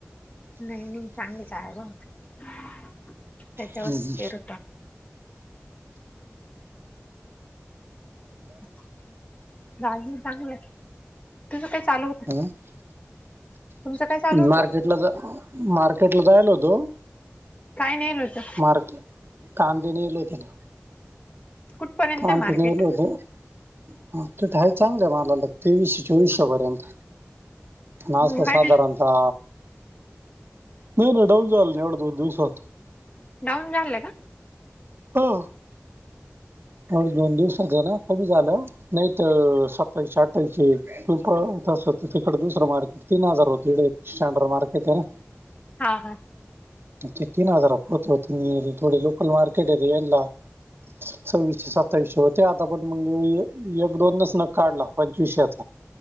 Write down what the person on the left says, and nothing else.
नाही नाही चांगल <unintelligible> त्याच्यावरच
पेरू <unintelligible> माझं बी चांगलय तुझ काय चालू
तुमचं काय चालू होतं
काय नेल होतं
कुठपर्यंत आहे
मार्केट
वाढ
डाऊन झाल का?
हा. हा.